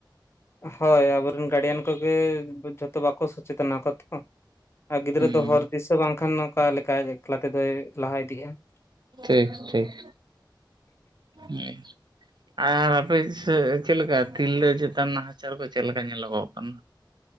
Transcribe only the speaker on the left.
ᱦᱳᱭ ᱟᱵᱚᱨᱮᱱ ᱜᱟᱨᱰᱤᱭᱟᱱ ᱠᱚᱜᱮ ᱡᱷᱚᱛᱚ ᱵᱟᱠᱚ ᱥᱚᱪᱮᱛᱱᱟ ᱠᱚ ᱛᱚ᱾ ᱟᱨ ᱜᱤᱫᱽᱨᱟᱹ
ᱫᱚ ᱦᱚᱨ ᱫᱤᱥᱟᱹ ᱵᱟᱝᱠᱷᱟᱱ ᱚᱠᱟ ᱞᱮᱠᱟ ᱮᱠᱞᱟ ᱛᱮᱫᱚᱭ ᱞᱟᱦᱟ ᱤᱫᱤᱜᱼᱟ᱾